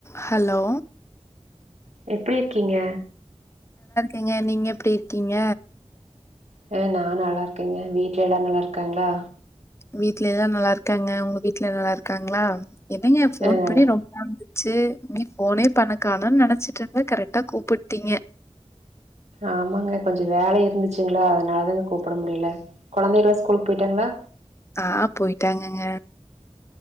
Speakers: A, on the left; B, on the right.
A: Hello
B: எப்டி இருக்கீங்க
A: ஏங்க நீங்க எப்டி இருக்கீங்க
B: ஹ நான் நல்லா இருக்கேங்க வீட்ல எல்லாரும் நல்லா இருக்காங்களா
A: வீட்ல எல்லா நல்லா இருக்காங்க உங்க வீட்டு்ல எல்லா நல்லா இருக்காங்களா என்னங்க போன்
B: ஆ நல்லா
A: பண்ணி ரொம்ப நாளாகுது ச்சு நீ போனே பண்ணக்கானனு நெனச்சிட்டு இருந்த கரெக்டா கூப்பிட்டீங்க
B: ஆமாங்க கொஞ்சோ வேலை இருந்துச்சுங்களா அதனால தாங்க கூப்பிட முடியல கொழந்தைகளா ஸ்கூல் போயிட்டாங்களா
A: ஆ போயிட்டாங்கங்க